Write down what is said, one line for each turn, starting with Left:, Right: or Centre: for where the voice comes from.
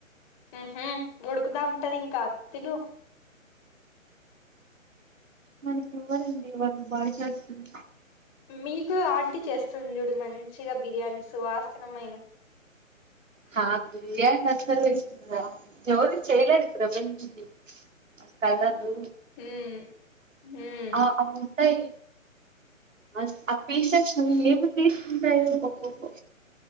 Left: మ్ హు ఉడుకుతా ఉంటది ఇంకా తిను
Right: మనకి ఇవ్వరండి ఇవాళ్ళు బాయిస్ హాస్టల్
Left: మీకు ఆంటీ చేస్తుంది చూడు మం చిగా బిర్యానీ సువాసనమైన
Right: హా బిర్యానీ అసలు <unintelligible> ఎవరు చేయలేరు ఈ ప్రపంచంలో కళదు
Left: ఉమ్ ఉమ్
Right: ఆ ఆవుంటయ్ స ఆ పీసేస్ ఏమి పీసులుంటయ్ కో కో కో